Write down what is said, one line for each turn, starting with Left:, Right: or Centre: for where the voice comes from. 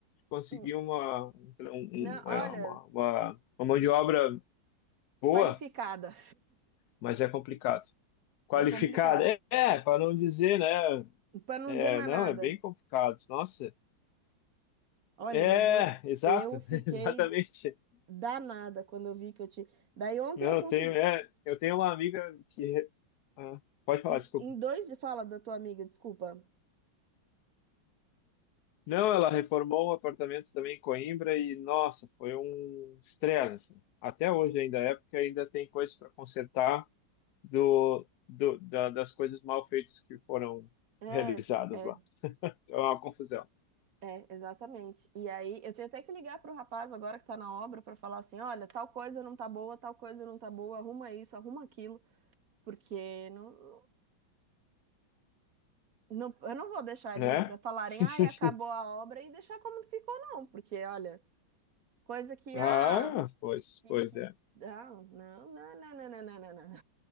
Left: Conseguir
Right: Hum,
Left: uma, um-
Right: Não,
Left: um-
Right: olha,
Left: é, uma, uma, uma mão de obra boa,
Right: qualificada.
Left: mas é complicado. Qualificada,
Right: É complicado.
Left: é, é para não dizer, né?
Right: Para não
Left: É,
Right: dizer mais
Left: não,
Right: nada.
Left: é bem complicado. Nossa,
Right: Olha,
Left: é,
Right: mas eu,
Left: exato,
Right: eu
Left: <laughs>
Right: fiquei
Left: exatamente.
Right: danada quando eu vi que eu te. Daí ontem
Left: Não,
Right: eu consegui.
Left: eu tenho, é, eu tenho uma amiga que ah, Pode falar,
Right: Em,
Left: desculpa.
Right: em dois de fala da tua amiga, desculpa.
Left: Não, ela reformou um apartamento também em Coimbra e, nossa, foi um estresse. assim. Até hoje ainda é, porque ainda tem coisas para consertar do, do- da- das coisas mal feitas que foram
Right: É,
Left: realizadas
Right: é,
Left: lá. É uma confusão,
Right: é, exatamente. E aí eu tenho até que ligar pro rapaz agora que tá na obra para falar assim: olha, tal coisa não tá boa, tal coisa não tá boa, arruma isso, arruma aquilo, porque não, não, eu não vou deixar
Left: né?
Right: eles falarem,
Left: <laughs>
Right: ai, acabou a obra e deixar como ficou, não, porque olha. Coisa que,
Left: Ah,
Right: ah,
Left: pois,
Right: que,
Left: pois
Right: que-
Left: é.
Right: não, não, não, não, não, não, não, não, não.